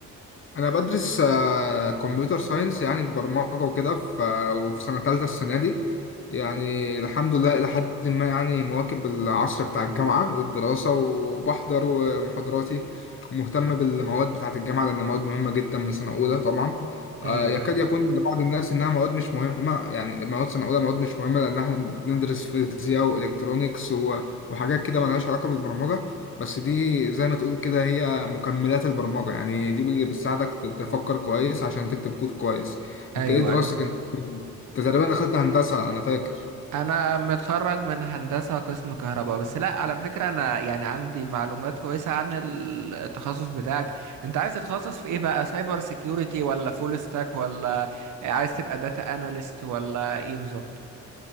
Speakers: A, on the left (about 40°); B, on the right (about 80°).
A: انا بدرس آه، كمبيوتر ساينس يعني في برمجه وكده ف- وفي سنه ثالثه السنه دي يعني الحمد لله الى حد ما يعني مواكب العصر بتاع الجامعه والدراسه وبحضر ومحاضراتي ومهتم بالمواد بتاعه الجامعه لان مواد مهمه جدا من سنه اولى طبعا آه،
B: ايوه
A: يكاد
B: ايوه
A: يكون لبعض الناس انها مواد مش مهمه يعني مواد سنه اولى مواد مش مهمه لان احنا بندرس فيزياء والكترونيكس و- وحاجات كده ملهاش علاقه بالبرمجه بس دي زي ما تقول كده هي مكملات البرمجة يعني دي اللي بتساعدك ت- تفكر كويس عشان تكتب كود كويس
B: ايوه
A: انت ايه دراستك
B: ايوه
A: انت انت تقريبا دخلت هندسة انا فاكر
B: انا متخرج من هندسة قسم كهرباء بس لا على فكرة انا يعني عندي معلومات كويسة عن ال- التخصص بتاعك انت عايز تتخصص في ايه بقى سايبر سيكيورتي ولا فول ستاك ولا عايز تبقى داتا اناليست ولا ايه بالظبط